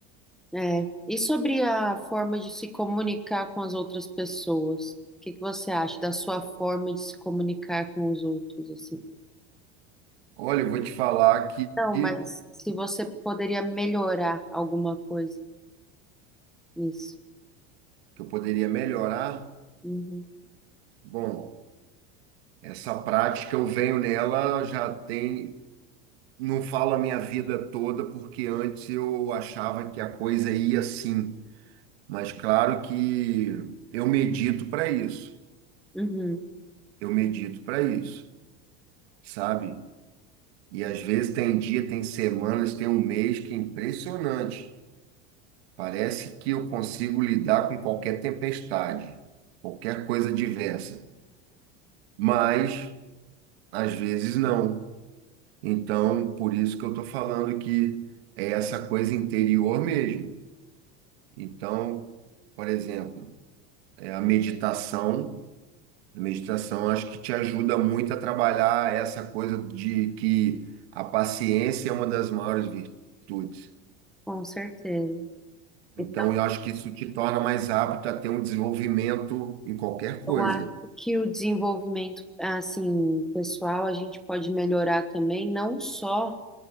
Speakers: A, in the centre; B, on the right (about 85°).
A: É. E sobre a forma de se comunicar com as outras pessoas? O que que você acha da sua forma de se comunicar com os outros, assim?
B: Olha, eu vou te falar que,
A: Não,
B: que
A: mas se você poderia melhorar alguma coisa nisso.
B: eu poderia melhorar.
A: Uhum,
B: Bom, essa prática eu venho nela, já tem, não falo a minha vida toda, porque antes eu achava que a coisa ia assim. Mas claro que eu medito para isso.
A: uhum,
B: Eu medito para isso, sabe? E às vezes tem dia, tem semanas, tem um mês que é impressionante. Parece que eu consigo lidar com qualquer tempestade, qualquer coisa diversa. Mas às vezes não. Então, por isso que eu estou falando que é essa coisa interior mesmo. Então, por exemplo, é a meditação. A meditação acho que te ajuda muito a trabalhar essa coisa de que a paciência é uma das maiores virtudes.
A: com certeza.
B: Então,
A: E
B: eu acho que isso te torna mais apto a ter um desenvolvimento em qualquer coisa,
A: Eu acho que o desenvolvimento, assim, pessoal, a gente pode melhorar também, não só,